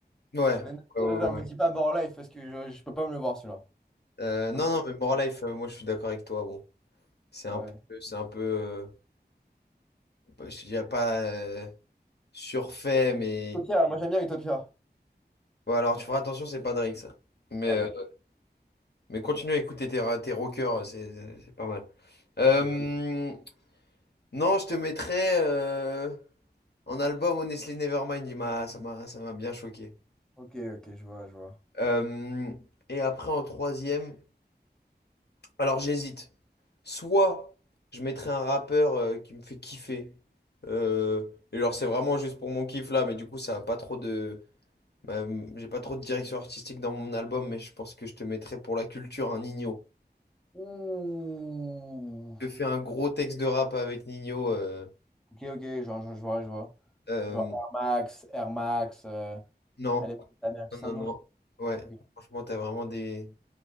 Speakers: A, on the left; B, in the centre.
A: ouais,
B: Mais non,
A: ouais,
B: non,
A: ouais,
B: non,
A: ouais.
B: me dis pas More Life parce que je, je peux pas me le voir celui-là.
A: Euh,
B: Je
A: non,
B: peux pas.
A: non, mais More Life, euh, moi je suis d'accord avec toi. Bon, c'est un
B: Ouais.
A: peu, c'est un peu, euh, je dirais pas euh, surfait, mais
B: Utopia, moi j'aime bien Utopia.
A: bon, alors tu feras attention, c'est pas Drake ça. Mais,
B: Ah, ok.
A: euh, mais continue à écouter tes, ra- tes rockers, euh, c'est c'est- c'est pas mal. Euh,
B: Ok,
A: non, je te mettrais euh, en album Honestly Nevermind, il m'a, ça m'a, ça m'a bien choqué.
B: ok, ok, je vois, je vois.
A: Euh, et après en troisième. Alors j'hésite. Soit je mettrais un rappeur euh, qui me fait kiffer. Euh, et genre c'est vraiment juste pour mon kiff là, mais du coup ça a pas trop de... bah, j'ai pas trop de direction artistique dans mon album, mais je pense que je te mettrais pour la culture un Nino.
B: Ouh.
A: Je te fais un gros texte de rap avec Nino. euh,
B: Ok, ok, genre, je, je vois, je vois.
A: euh,
B: Genre Air Max, Air Max, euh,
A: non,
B: elle est ta mère, tout
A: non, non,
B: ça, non?
A: non. Ouais,
B: Ok.
A: franchement t'as vraiment des,